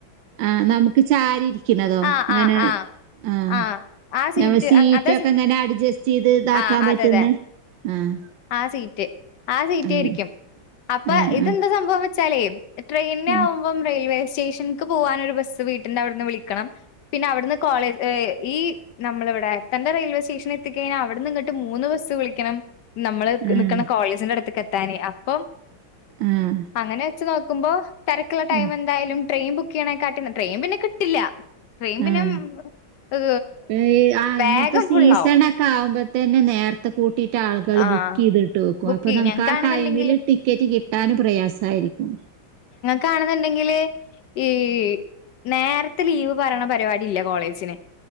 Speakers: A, on the right; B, on the left.
A: ആ നമുക്ക് ചാരി ഇരിക്കണതോ
B: ആ
A: അങ്ങനെ
B: ആ ആ
A: ആഹ
B: ആ ആ സീറ്റ്
A: ഞമ്മ സീറ്റ്ക്കെ
B: അതാ സീ
A: ഇ ങ്ങനെ അഡ്ജസ്റ്റ് ചെയ്ത് ഇതാക്കാൻ
B: ആ അതെ
A: പറ്റുന്ന
B: അതെ
A: ആഹ്
B: ആ സീറ്റ് ആ സീറ്റ്
A: ആഹ്
B: ഇരിക്കും അപ്പൊ
A: ആഹ്
B: ഇതെന്താ സംഭവം വെച്ചാലേ ട്രെയിനെ
A: ആഹ്
B: ആകുമ്പം റെയിൽവേ സ്റ്റേഷനിക്ക് പോകൻ ഒരു ബസ്സ് വീട്ടിന്റെ അവിടുന്ന് വിളിക്കണം പിന്നെ അവിടുന്ന് കോളേജ് ഏ് ഈ നമ്മളിവിടെ എത്തന്റെറെ റെയിൽവേ സ്റ്റേഷൻ എത്തിക്കഴിഞ്ഞാൽ അവിടുന്ന് ഇങ്ങിട്ട് മൂന്ന് ബസ്സ് വിളിക്കണം നമ്മള്
A: ആഹ്
B: നിക്കണ കോളേജിന്റെ അടുത്തേക്ക് എത്താനേ അപ്പം
A: ആഹ്
B: അങ്ങനെ വച്ച് നോക്കുമ്പോ തിരക്കുള്ള ടൈം
A: ആഹ്
B: എന്തായാലും ട്രെയിൻ ബുക്ക് ചെയ്യണേ കാട്ടിലും ട്രെയിൻ പിന്നെ കിട്ടില്ല ട്രെയിമ്പിനും
A: ആഹ്
B: ഏ
A: ഈ ആഹ്
B: വേഗം
A: ഇങ്ങനത്തെ സീസണൊക്കെ
B: ഫുള്ളാവും
A: ആവുമ്പത്തന്നെ നേരത്തെ കൂട്ടിട്ട മറ്റ ആളുകൾ
B: ആഹ്
A: ബുക്ക് ചെയ്തിട്ട് വെക്കും
B: ബുക്ക്
A: അപ്പൊ
B: ചെയ്യ്
A: നമുക്ക്
B: ഞങ്ങക്കാണെന്നുണ്ടെങ്കില്
A: ആ ടൈമില് ടിക്കറ്റ് കിട്ടൻ പ്രയാസമായിരിക്കും
B: കാണുന്നുണ്ടെങ്കില് ഈ നേരത്തെ ലീവ് പറയണ പരിപടി ഇല്ല കോളേജിന്